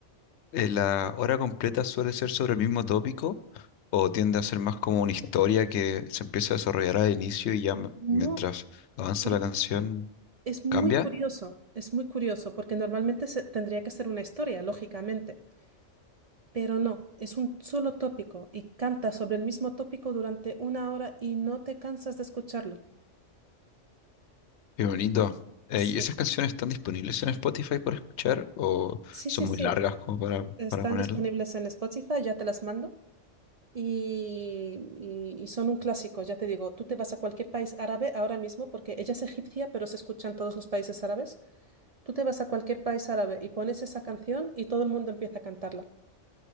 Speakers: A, on the left; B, on the right.
A: Eh, ¿La hora completa suele ser sobre el mismo tópico o tiende a ser más como una historia que se empieza a desarrollar al inicio y ya m-
B: No,
A: mientras avanza
B: Por-
A: la canción
B: Es muy
A: cambia?
B: curioso, es muy curioso, porque normalmente se- tendría que ser una historia, lógicamente. Pero no, es un solo tópico y canta sobre el mismo tópico durante una hora y no te cansas de escucharlo.
A: Qué bonito. Eh,
B: Sí,
A: ¿y esas canciones están disponibles en Spotify para escuchar o
B: sí,
A: son
B: sí, sí.
A: muy largas como para,
B: Están
A: para ponerlas?
B: disponibles en Spotify, ya te las mando. Y, y- y son un clásico, ya te digo, tú te vas a cualquier país árabe ahora mismo, porque ella es egipcia, pero se escucha en todos los países árabes. Tú te vas a cualquier país árabe y pones esa canción y todo el mundo empieza a cantarla.